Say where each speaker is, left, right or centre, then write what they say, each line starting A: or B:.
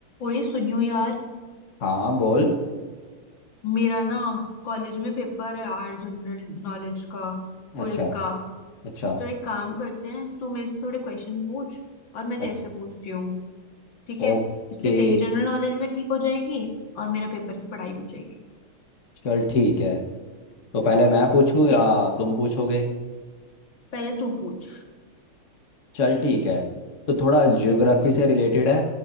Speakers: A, on the left; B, on the left.
A: ओए सुनियो यार
B: हाँ बोल
A: मेरा ना कॉलेज में पेपर है यार जनरल नॉलेज का क्विज
B: अच्छा
A: का
B: अच्छा
A: तो एक काम करते हैं तू मेरे से थोड़े क्वेश्चन पूछ और मैं
B: अ-
A: तेरे से पूछती हूँ ठीक है
B: ओके
A: इससे तेरी जनरल नॉलेज भी ठीक हो जाएगी और मेरा पेपर की पढ़ाई भी हो जाएगी
B: चल ठीक है तो पहले मैं पूछूं या
A: ठीक है
B: तुम पूछोगे
A: पहले तू पूछ
B: चल ठीक है तो थोड़ा ज्योग्राफी से रिलेटेड है